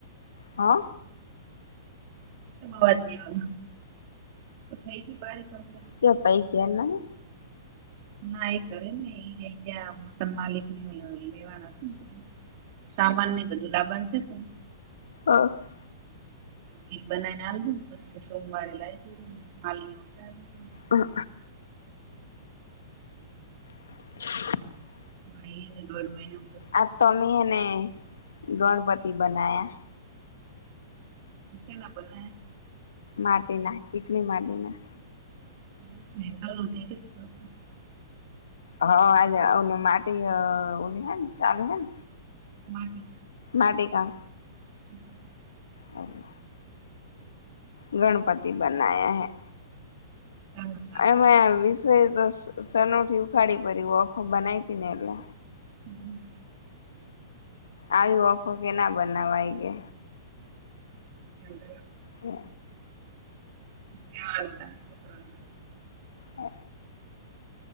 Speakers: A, on the left; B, on the right.
A: હઅ
B: એ અવાજ નહી આવ તો થઈ <unintelligible>
A: ચ પૈ કેના
B: ના એ કરે ને એ ત્યાં મકાન માલિક ને લેવાના હત ને સામાનને બધું લાવવાનું છે ને
A: આ
B: ઘી બનાવીને હાલ દો ને પછ સોમવારે લાઈ દોન હાલી <unintelligible>
A: હ <unintelligible>
B: <unintelligible>
A: આ તોમી એને ગણપતિ બના્યા
B: શેના બનાયા
A: માટીના, ચીકણી માટીના
B: <unintelligible>
A: હ, આજે માટી અઓની હેન ચાલે હેન
B: માટી
A: માટી કામ
B: <unintelligible>
A: એટલે ગણપતિ બનાયા હૈ
B: ચાલો ચાલો
A: એમાં વિશ્વ તો સનોઠી ઉખાડી પ ઓખો બનાયતી ને એટલે
B: હમ
A: આવી ઓખો કે ના બનાવાય કે
B: હમ
A: હે
B: સારું તારા છોકરા ન તો
A: હ